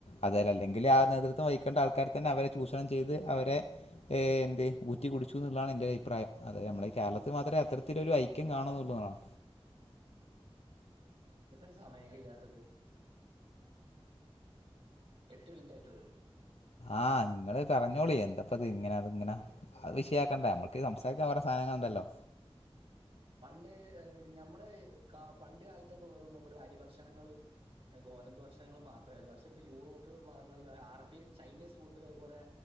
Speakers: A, on the left (about 80°); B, on the right (about 65°).
A: അത് വരെ അല്ലെങ്കില് ആ നേതൃത്വം വഹിക്കേണ്ട ആൾക്കാര് തന്നെ അവരെ ചൂഷണം ചെ യ്ത് അവരെ ഏഹേ എന്ത് ഊറ്റി കുടിച്ചൂന്ന്ള്ളാ ണ് ഇന്റൊരു അഭിപ്രായം അത് നമ്മളെ ഈ കേരളത്ത് മാത്രേ അത്രത്തിലൊരു ഐക്യം കാണുന്നൊള്ളുന്നാണ്
B: എന്താണ് സമയം കയ്യാത്തത്? എട്ട് മിൻറ്റായിട്ടൊള്ളൂ
A: ആഹ് ഇങ്ങള് പറഞ്ഞോളി എന്താപ്പത്ങ്ങെനെ അത്ങ്ങെനെ അഹ് വിഷയാക്കണ്ട നമ്മക്ക് സംസാരിക്കാ വേറെ സാനങ്ങള്ണ്ടല്ലോ?
B: പണ്ട് ഞമ്മള് പണ്ട് കാലത്തൊക്കെ വെറും ഇവ്ടെന്ന് അരി ഭക്ഷണങ്ങളും ഗോതമ്പ് ഭക്ഷണങ്ങളും മാത്രായിരുന്നു പക്ഷെയിപ്പൊ യൂറോപ്പ് ഭാഗങ്ങള് അറേബ്യൻ ചൈനീസ് ഫുഡും അതുപോലെ